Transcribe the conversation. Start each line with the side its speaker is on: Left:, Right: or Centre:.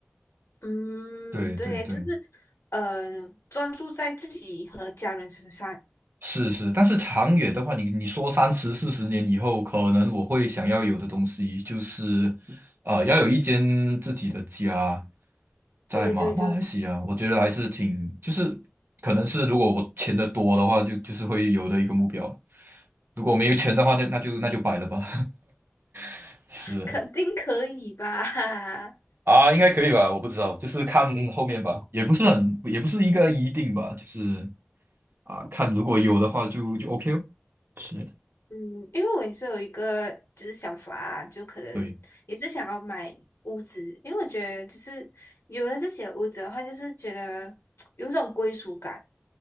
Left: 嗯，
Right: 对对对。
Left: 对，就是呃专注在自己和家人身上。
Right: 是是，但是长远的话，你你说三十四十年以后，可能我会想要有的东西就是，呃，要有一间自己的家，在马马来西亚，
Left: 对对对，
Right: 我觉得还是挺，就是可能是如果我钱的多的话，就就是会有的一个目标。如果没有钱的话，就那就那就摆了吧。<laughs> 是
Left: <laughs> 肯定可以吧？<laughs>
Right: 啊，应该可以吧？我不知道，就是看后面吧，也不是很，也不是一个一定吧，就是啊，看如果有的话就就 OK 哦。是。
Left: 嗯，因为我也是有一个就是想法啊就可能也是想要买屋子，
Right: 对。
Left: 因为我觉得就是有了自己的屋子的话，就是觉得有一种归属感。